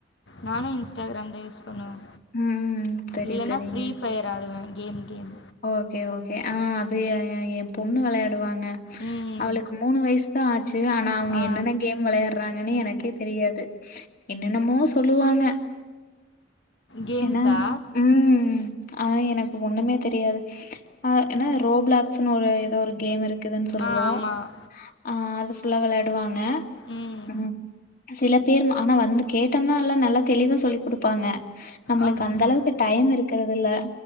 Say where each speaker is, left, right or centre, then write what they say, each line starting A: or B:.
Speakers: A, on the left; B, on the left.
A: நானும் இன்ஸ்டாகிராம் தா யூஸ் பண்ணும்
B: ம் சரி
A: இல்லைன்னா
B: சரிங்க.
A: ஃப்ரீ ஃபயர் ஆடுவேன் கேம் கேம்
B: ஓகே ஓகே ஆஹ் அது என் பொண்ணு விளையாட
A: ம்
B: அவளுக்கு மூணு வயசு தான் ஆச்சு ஆனா அவங்க
A: ஆ
B: என்னன்ன கேம் விளையாடுறாங்கன்னு எனக்கே தெரியாது என்னென்னமோ சொல்லுவாங்க
A: கேம்ஸா
B: என்னா உம் ஆஹ எனக்கு ஒண்ணுமே தெரியாது ஆஹ் ஏன்னா ரோப்ளாக்ஸ்ன்னு ஒரு ஏதோ ஒரு கேம் இருக்கு க்குதுன்னு சொல்லுவாஹ்
A: ஆ ஆமாம்
B: ஃபுல்லா விளையாடுவாங்க
A: ம்
B: உம் சில பே ஆனா வந்து கேட்டோம்னா எல்லாம் நல்லா தெளிவா சொல்லி் கொடுப்பாங்க நம்மளுக்கு
A: ஆ
B: அந்த
A: சரி
B: அளவுக்கு டைம் இருக்கிறது இல்ல